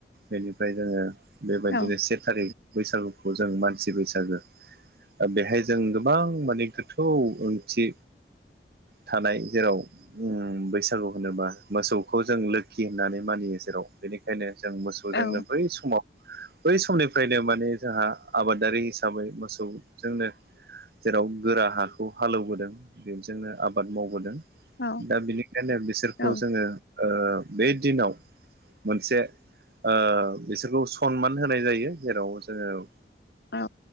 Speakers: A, on the right; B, on the left.
A: बेनिफ्राय जोङो बेबायदिनो
B: औ
A: से थारिख बैसागुखौ जों मान सि बैसागो ओ बेहाय जों गोबां माने गोथौ ओंथि थानाय जेराव उम बैसागु होनोबा मोसौखौ जों लोखि होननानै मानियो जेराव बेनि खायनो जों मोसौजोंनो
B: औ
A: बै समाव बै समनिफ्रायनो माने जोंहा आबा दारि हिसाबै मोसौजोंनो जेराव गोरा हाखौ हालौवबोदों बेजोंनो आबाद मावबोदों
B: औ
A: दा बिनिखायनो बिसोरखौ
B: औ
A: जोङो ओ बे दिनाव मोनसे ओ बिसोरखौ सनमान होनाय जायो जेराव जोङो
B: औ